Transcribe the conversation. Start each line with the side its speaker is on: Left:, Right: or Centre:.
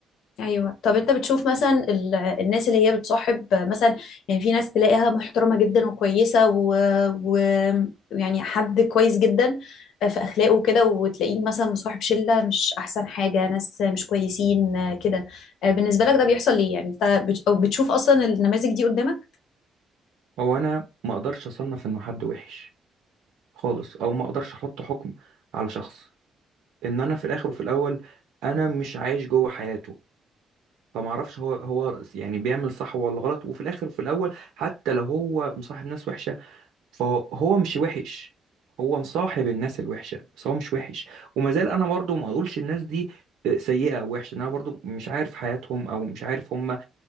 Left: ايوه طب انت بتشوف مثلا ال- الناس اللي هي بتصاحب مثلا يعني في ناس تلاقيها محترمه جدا وكويسه و... و... يعني حد كويس جدا آه، في اخلاقه وكده وتلاقيه مثلا مصاحب شله مش احسن حاجه ناس مش كويسين آه، كده آه، بالنسبه لك ده بيحصل ليه يعني انت بت... أو بتشوف اصلا النماذج دي قدامك
Right: هو انا ما اقدرش اصنف انه حد وحش خالص او ما اقدرش احط حكم على شخص ان انا في الاخر وفي الاول انا مش عايش جوه حياته فما اعرفش هو هو يعني بيعمل صح ولا غلط وفي الاخر وفي الاول حتى لو هو مصاحب ناس وحشة فهو مش وحش هو مصاحب الناس الوحشة بس هو مش وحش وما زال أنا برضو ما أقولش الناس دي آه، سيئة أو وحشة إن أنا برضو مش عارف حياتهم أو مش عارف هما